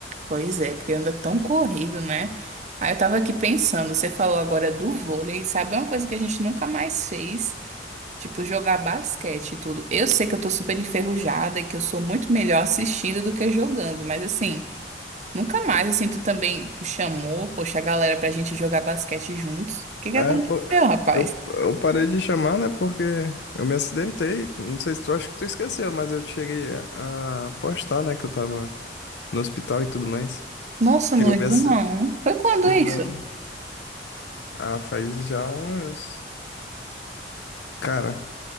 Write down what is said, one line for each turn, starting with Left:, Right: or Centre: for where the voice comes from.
Right: Pois é, porque anda tão corrido, né? Aí eu tava aqui pensando, você falou agora do vôlei, sabe uma coisa que a gente nunca mais fez? Tipo, jogar basquete e tudo. Eu sei que eu tô super enferrujada e que eu sou muito melhor assistindo do que jogando, mas assim, nunca mais, assim, tu também chamou, poxa, a galera pra gente jogar basquete juntos. O que que
Left: É,
Right: aconteceu,
Left: pô,
Right: rapaz?
Left: eu, eu parei de chamar, né? Porque eu me acidentei. Não sei se tu acha que tu esqueceu, mas eu cheguei a a postar, né? Que eu tava no hospital e tudo mais.
Right: Nossa,
Left: Que
Right: não
Left: eu
Right: lembro
Left: me acidentei.
Right: não. Foi quando
Left: Não
Right: isso?
Left: lembro. Ah, faz já uns. Cara,